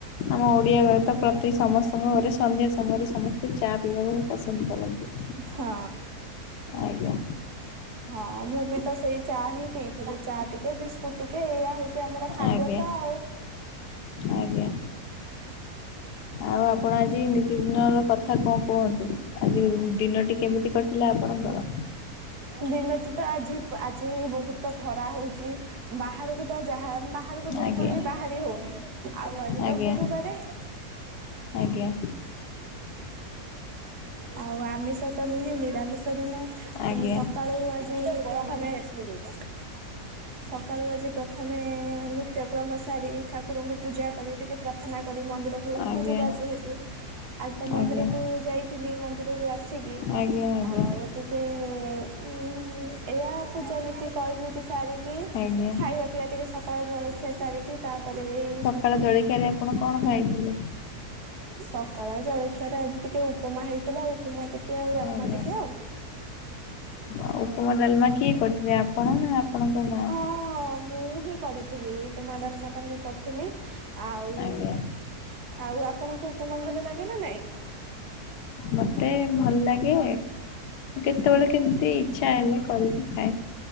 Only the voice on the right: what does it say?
ହଁ।
ହଁ ମୁଁ ବି ତ ସେଇ ଚା ହିଁ ପିଇଥିଲି ଚା ଟିକେ ବିସ୍କୁଟ ଟିକେ ଏଇଆ ହଉ ଚି ଆମର ଖାଦ୍ୟ
ତ ଆଉ।
ଦିନତି ତ ଆଜି ଆଜି ବୋହୁତ ଖରା ହଉଚି। ବାହାରୁକୁ ତ ଯାହା ବାହାରୁକୁ ବିଲକୁଲ୍
ବି ବାହାରି ହଉନି। ଆଉ ଆଜି
ତ ଗୁରୁବାରେ।
ଆଉ ଆମିଷ ତ ନୁହେଁ ନିରାମିଷ ଦିନ। ତେଣୁ
ସକାଳୁ ଆଜି ପ୍ରଥମେ ହୁଁ। ସକାଳୁ ଆଜି ପ୍ରଥମେ ନିତ୍ୟକ୍ରମ ସାରି ଠାକୁରଙ୍କୁ ପୂଜା କରି ଟିକେ ପ୍ରାର୍ଥନା କରି ମନ୍ଦିରକୁ
ଗୁରୁବାର ଯେହେତୁ ଆଜି ତ ମନ୍ଦିରକୁ
ଯାଇ ଥିଲି ମନ୍ଦିରରୁ ଆସିକି
ଆଉ ଟି କେ ଉଁ ଏଇଆ ପୂଜାନୀତି କରନି ତି ସାରିକି
ଖାଇବା ପିଇବା ଟିକେ ସକାଳ ଜଳଖିଆ ସାରିକି ତାପରେ ଏଇ
ସକାଳ ଜଳିଖିଆରେ ଆଜି ଟିକେ ଉପମା ହେଇଥିଲା ଉପମା ଟିକେ ଆଉ ଡାଲମା
ଟିକେ ଆଉ
ହଁ ମୁଁ ହିଁ କରିଥିଲି ଉପମା ଡାଲମାଟା ମୁଁ କରିଥିଲି ଆଉ
ଆଉ ଆପଣଙ୍କୁ ଉପମା ଭଲ ଲାଗେ ନାଁ ନାଇଁ?
ହୁଁ